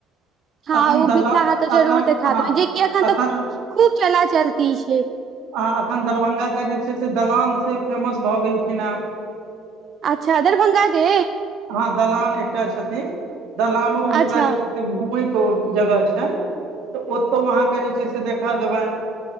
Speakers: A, on the right; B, on the right.
A: हँ
B: अखन
A: ओ
B: दला
A: मिथिला हाट तऽ जरूर
B: अखन
A: देखा
B: हँ
A: देबै जेकि एखन
B: अखन
A: तक खूब चला चलती छैय।
B: आ एखन दरभंगा के जे छैय से दलान से फेमस भऽ गेलखिन हेँ।
A: अच्छा दरभंगा के।
B: हँ दलान एकटा छथिन दलानो हुनका
A: अच्छा
B: जे छैय घुमय कऽ उऽ जगह छैय तऽ ओतौ अहाँके जे छैय से देखा देबनि।